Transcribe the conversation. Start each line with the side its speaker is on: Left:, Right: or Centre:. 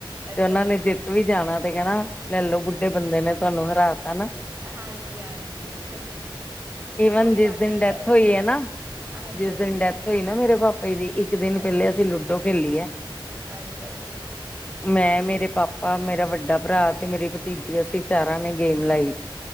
Right: ਅੱਛਾ
Left: ਤੇ ਉਹਨਾ
Right: ਜੀ।
Left: ਨੇ ਜਿੱਤ ਵੀ ਜਾਣਾ ਤੇ ਕਹਿਣਾ ਲੈ ਲੋ ਬੁੱਢੇ ਬੰਦੇ ਨੇ ਤੁਹਾਨੂੰ ਹਰਾ ਤਾ ਨਾ
Right: ਹਾਂਜੀ ਹਾਂਜੀ
Left: ਈਵਨ
Right: ਉਹੀ
Left: ਜਿਸ
Right: ਯਾਦਾਂ
Left: ਦਿਨ
Right: ਈ
Left: ਡੈਥ
Right: ਰਹਿ ਜਾਂਦਾ
Left: ਹੋਈ
Right: ਵਧੀਆ
Left: ਹੈ ਨਾ
Right: ਅੱਛਾ
Left: ਜਿਸ
Right: ਜੀ
Left: ਦਿਨ ਡੈਥ ਹੋਈ ਨਾ ਮੇਰੇ ਪਾਪਾ ਦੀ ਇੱਕ ਦਿਨ ਪਹਿਲੇ
Right: ਅੱਛਾ
Left: ਅਸੀਂ ਲੂਡੋ ਖੇਲੀ ਏ
Right: ਅੱਛਾ ਜੀ
Left: ਮੈਂ ਮੇਰੇ ਪਾਪਾ ਮੇਰਾ ਵੱਡਾ ਭਰਾ ਤੇ ਮੇਰੀ ਭਤੀਜੀ ਅਸੀਂ ਚਾਰਾਂ ਨੇ ਗੇਮ ਲਾਈ ਸੀ